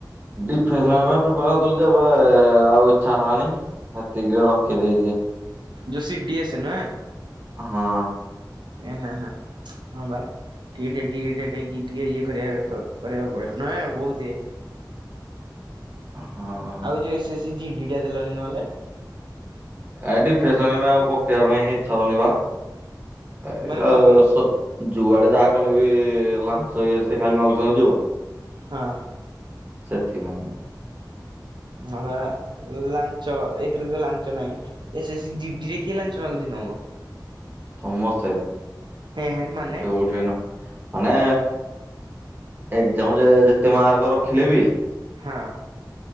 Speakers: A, on the right; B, on the right.
A: ଡିଫେନ୍ସ ଲାଇ ପାଇଁ ପ୍ରିପାର ହଉଥିଲ ଯେ ଏବେ ଆଉ ଇ୍ଛା ହେଲାନି। ଏତିକିରେ ରଖିଦେଇଛି।
B: ଯୋଶୀ ଡିଏସ ଏନ୍ ହଁ।
A: ହଁ।
B: ଏ ହ ହଁ ହଁ ଵା। ଟିକଏ ଟ ଟଏି ଟିକଏ ଇଏ କରିବା କରିବାକୁ ପଡ଼ିବ ନହଁ ବହୁତଏ।
A: ହଁ।
B: ଆଉ ଏ ଯେଉଁ ଏସ୍ଏସ୍ ସ ଜି ଡ଼ିଟା ଦେଲଣି ନହେଲେ।
A: ଏଡିଫେସନ ପା ଆଉ ପକେଇବା ପାଇଁ ହିଁ ଇଛା ହଉନିବା ଏଇ
B: ମାନେ
A: ପା
B: କଣ ପାଇଁ
A: ସ ଯୁଆଡେ ଯାହା କଲେ ବି ଲାଞ୍ଚ ଇଏ ସେ ଖାଲି ମାଗୁଛନ୍ତି ଯୋଉ।
B: ହଁ।
A: ସେଥିପାଇଁ।
B: ଆବା ଲାଞ୍ଚ ଏଥିରେ ତ ଲାଞ୍ଚ ନାହିଁ। ଏ ସେ ଜିଡିରେ କିଏ ଲାଞ୍ଚମାଗୁଛି ତମକୁ।
A: ସମସ୍ତେ
B: ହେଁ ହେଁ ମାନେ
A: ଯୋଉଠିବ ନା ମାନେ ଏଜାମ ରେ ଯେତେ ମାର୍କ ରଖିଲେ ବି
B: ହଁ।